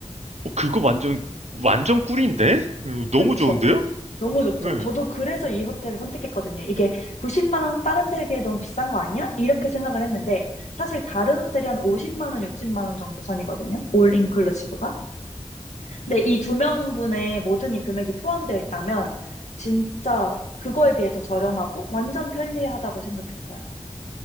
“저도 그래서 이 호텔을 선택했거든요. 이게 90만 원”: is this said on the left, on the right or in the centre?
Left